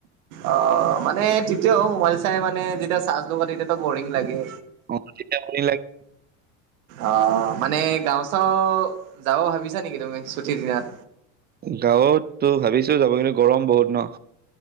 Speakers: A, on the right (about 75°); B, on the right (about 25°).
A: অ মানে তেতিয়াও মোবাইল চাই মানে যেতিয়া চাৰ্জ লগা তেতিয়াতো বৰিং লাগে।
B: অ তেতিয়া আমনি লাগ-
A: অ মানে গাওঁ চাওঁ যাব ভাবিছা নেকি তুমি ছুটিৰ দিনাত?
B: গাঁৱতো ভাবিছো যাব কিন্তু গৰম বহুত ন।